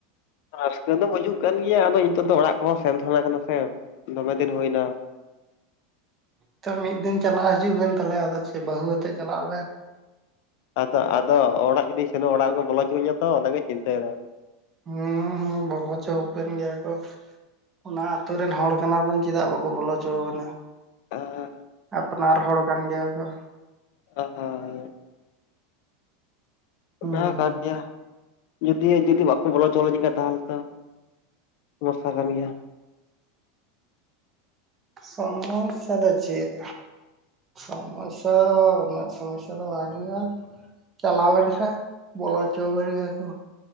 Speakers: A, on the left (about 60°); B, on the right (about 30°).
A: ᱨᱟᱹᱥᱠᱟᱹ ᱫᱚ ᱵᱟᱹᱡᱩᱜ ᱠᱟᱱ ᱜᱮᱭᱟ ᱟᱫᱚ ᱱᱤᱛᱚᱜ ᱫᱚ ᱚᱲᱟᱜ ᱠᱚᱦᱚᱸ ᱥᱮᱱ ᱛᱟᱦᱮᱸᱱᱟ ᱠᱟᱱᱟ ᱥᱮ ᱫᱚᱢᱮ ᱫᱤᱱ ᱦᱩᱭᱱᱟ
B: ᱛᱚ ᱢᱤᱫ ᱫᱤᱱ ᱪᱟᱞᱟᱜ ᱦᱤᱡᱩᱜ ᱵᱮᱱ ᱛᱟᱦᱚᱞᱮ ᱟᱫᱚ ᱪᱮᱫ ᱵᱟᱹᱦᱩ ᱟᱛᱮᱜ ᱪᱟᱞᱟᱜ ᱵᱮᱱ
A: ᱟᱫᱚ ᱟᱫᱚ ᱚᱲᱟᱜ ᱡᱩᱫᱤᱧ ᱥᱮᱱᱚᱜ-ᱟ ᱚᱲᱟᱜ ᱨᱮᱠᱚ ᱵᱚᱞᱚ ᱚᱪᱚᱣᱟᱹᱧᱟ ᱛᱚ ᱚᱱᱟᱜᱮ ᱪᱤᱱᱛᱟᱭᱮᱫᱟ
B: ᱩᱸ ᱦᱩᱸ ᱵᱚᱞᱟ ᱦᱚᱪᱚ ᱟᱵᱮᱱ ᱜᱮᱭᱟ ᱠᱚ ᱚᱱᱟ ᱟᱛᱳ ᱨᱮᱱ ᱦᱚᱲ ᱠᱟᱱᱟᱵᱚᱱ ᱪᱮᱫᱟᱜ ᱵᱟᱠᱚ ᱵᱚᱞᱚ ᱦᱚᱪᱚ ᱟᱵᱚᱱᱟ
A: ᱟᱻᱟ
B: ᱟᱯᱱᱟᱨ ᱦᱚᱲ ᱠᱟᱱ ᱜᱮᱭᱟ ᱠᱚ
A: ᱚ ᱦᱚᱭ ᱚᱱᱟ
B: ᱦᱩᱸ
A: ᱠᱟᱱ ᱜᱮᱭᱟ ᱡᱩᱫᱤ ᱡᱩᱫᱤ ᱵᱟᱠᱚ ᱵᱚᱞᱚ ᱦᱚᱪᱚ ᱞᱤᱧ ᱠᱷᱟᱱ ᱛᱟᱦᱚᱞᱮ ᱛᱚ ᱥᱚᱢᱚᱥᱥᱟ ᱠᱟᱱ ᱜᱮᱭᱟ᱾
B: ᱥᱚᱢᱥᱥᱟ ᱫᱚ ᱪᱮᱫ ᱥᱚᱢᱚᱥᱥᱟ ᱩᱱᱟᱜ ᱥᱚᱢᱚᱥᱥᱟ ᱫᱚ ᱵᱟᱝ ᱦᱩᱭᱩᱜᱼᱟ᱾ ᱪᱟᱞᱟᱣ ᱞᱮᱱ ᱠᱷᱟᱱ ᱵᱚᱞᱚ ᱦᱚᱪᱚ ᱟᱹᱵᱤᱱ ᱜᱮᱭᱟ ᱠᱚ